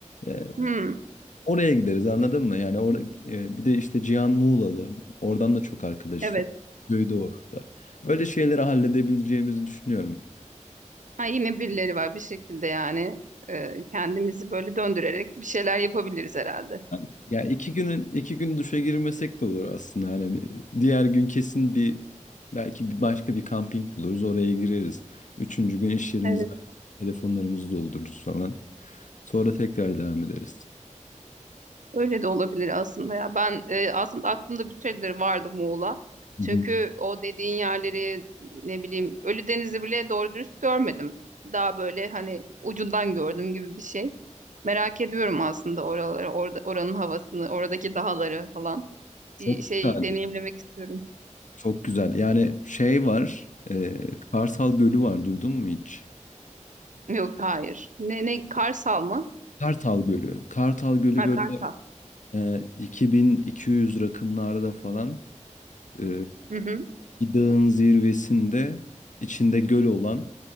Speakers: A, on the left; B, on the right.
A: Ee,
B: Hmm,
A: oraya gideriz anladın mı? Yani orada e, bir de işte Cihan Muğla'lı. Oradan da çok arkadaş
B: evet.
A: var. Köyde orada. Öyle şeyleri halledebileceğimizi düşünüyorum.
B: Ha, yine birileri var bir şekilde yani e, kendimizi böyle döndürerek bir şeyler yapabiliriz herhalde.
A: Yani Ya iki günün iki gün duşa girmesek de olur aslında. Hani bir- diğer gün kesin bir belki bir başka bir kamping buluruz oraya gireriz. Üçüncü gün iş yerimizi
B: Evet.
A: hallederiz, telefonlarımızı doldururuz falan. Sonra tekrar devam ederiz.
B: Öyle de olabilir aslında ya. Ben e, aslında aklımda bir süredir vardı Muğla.
A: Hı
B: Çünkü
A: hı.
B: o dediğin yerleri ne bileyim Ölüdeniz'i bile doğru dürüst görmedim. Daha böyle hani ucundan gördüm gibi bir şey. Merak ediyorum aslında oraları, orada, oranın havasını, oradaki dağları falan.
A: Çok
B: Bir şey
A: güzel,
B: deneyimlemek istiyorum.
A: çok güzel. Yani şey var, e, Kartal Gölü var. Duydun mu hiç?
B: Yok, hayır. Ne, ne, Karsal mı?
A: Kartal Gölü. Kartal Gölü
B: Ha,
A: böyle
B: Karsal.
A: e, 2200 rakımlarda falan. Ee,
B: Hı hı.
A: bir dağın zirvesinde içinde göl olan